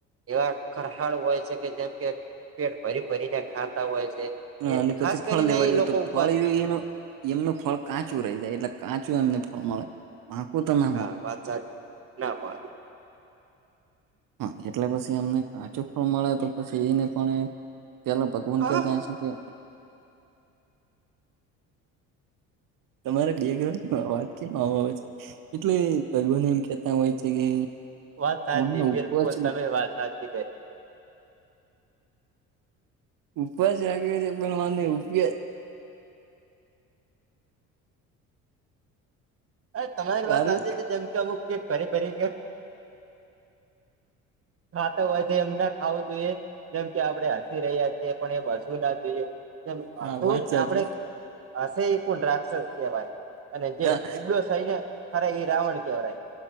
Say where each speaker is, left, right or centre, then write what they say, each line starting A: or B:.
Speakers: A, on the right (about 35°); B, on the right (about 55°).
A: એવા ખરહાળ હોય છે કે જેમ કે પેટ ભરી ભરીને ખાતા હોય છે. એ
B: અને પછી
A: ખાસ
B: ફળ
A: કરીને
B: લેવા
A: એ
B: જોઈએ
A: લોકો
B: તો
A: ઉપવાસ
B: ફળ એ એનું એમનું ફળ કાચું
A: હા
B: રહી જાય એટલે. કાચું એમને ફળ મળે. હ કો તમે.
A: હા વાંત સાચી ના મળ.
B: હા એટલે પછી એમને કાચું ફળ મળે તો પછી એને પણ પેલા. ફન
A: મળે
B: કતા છે કે. તમારે બે્રની વાત કેમ આવ આવેય છે એટલે ભગવાન એમ કેતા હોય છે કે.
A: વાત સાચી
B: ઓને ઉપવાસ
A: બિલકુલ તમે વાત સાચી ગઈ.
B: ઉપવાસ રાખ્યો છે પણ વાંધ નહી ઉપ જ.
A: અરે તમારી
B: તારું
A: વાત સાચી છે જેમ કે અમુક કેટ ફરી ફરી ગ. ખા તો હછ એમને ખાવું જોઈએ જેમ કે આપડે હસી રહ્યા છીએ. પણ એ બસું ના જોઈએ શું
B: હા વાત સાચી
A: આપણે. હશે એું રાક્ષસ કહેવાય અને જે
B: ના,
A: ફુબડો સય ને ખરા એ રાવણ કહેવાય.